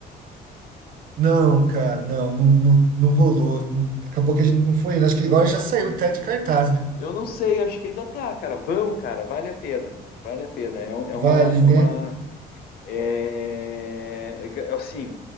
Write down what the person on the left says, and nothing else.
Eu não sei, acho que ainda tá, cara. Vão, cara, vale a pena. Vale a pena. É, um, é
uma, é
uma, É, é, assim,